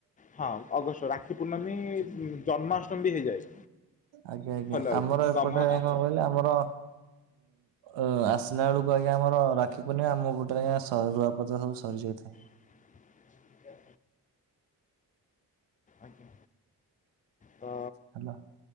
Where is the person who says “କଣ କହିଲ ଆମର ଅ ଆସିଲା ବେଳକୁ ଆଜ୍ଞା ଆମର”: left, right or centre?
Right